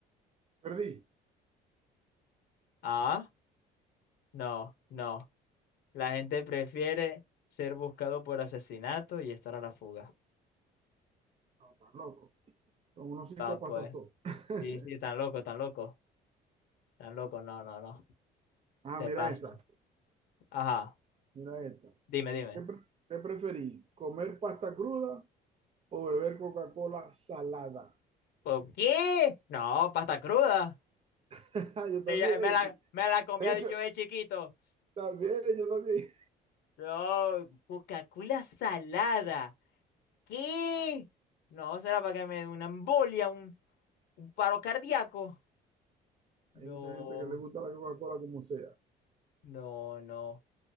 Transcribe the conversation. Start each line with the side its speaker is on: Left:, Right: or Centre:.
Right: <laughs> Perdí.
Left: Ah, no, no. La gente prefiere ser buscado por asesinato y estar a la fuga.
Right: No, tan loco. Son unos psicópatas
Left: Ah, pues.
Right: todos. <laughs>
Left: Sí, sí, tan loco, tan loco. Tan loco, no, no, no.
Right: Ah,
Left: Se
Right: mira
Left: pasa.
Right: esta,
Left: Ajá,
Right: mira esta.
Left: dime, dime.
Right: ¿Qué, pre- qué preferí? ¿Comer pasta cruda o beber Coca-Cola salada?
Left: ¿Por qué? No, pasta cruda.
Right: <laughs> Yo también,
Left: Sí, ya- me la,
Right: y-
Left: me la comía
Right: de hecho,
Left: yo de chiquito.
Right: también, yo también.
Left: No, Coca-Cola salada. ¿Qué? No, será para que me dé una embolia, un, un paro cardíaco. No,
Right: Hay mucha gente que le gusta la Coca-Cola como sea,
Left: no, no.